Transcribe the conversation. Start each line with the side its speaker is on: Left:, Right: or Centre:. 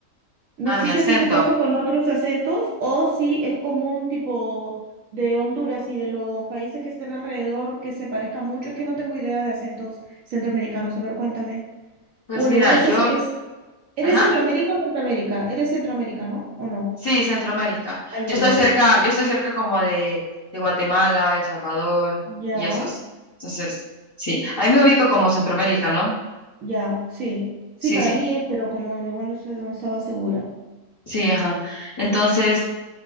Right: No
Left: a
Right: sé
Left: mi
Right: si
Left: acento.
Right: a ti te pasa con otros acentos o si es común tipo de Honduras y de los países que están alrededor que se parezcan mucho. Es que no tengo idea de acentos centroamericanos. A ver, cuéntame.
Left: Pues
Right: Bueno,
Left: mira,
Right: igual estás,
Left: yo,
Right: ¿Eres
Left: ajá,
Right: Centroamérica o Norteamérica? ¿Eres Centroamérica, no? ¿O no?
Left: sí, Centroamérica.
Right: Ay,
Left: Yo
Right: ay,
Left: estoy
Right: ay,
Left: cerca,
Right: ay.
Left: yo estoy cerca como de, de Guatemala, El Salvador
Right: Ya,
Left: y esos. Entonces, sí, ahí me ubico como Centroamérica, ¿no?
Right: ya, sí. Sí,
Left: Sí,
Right: para
Left: sí,
Right: mí es, pero como igual no, sé, no estaba segura.
Left: sí, ajá. Entonces,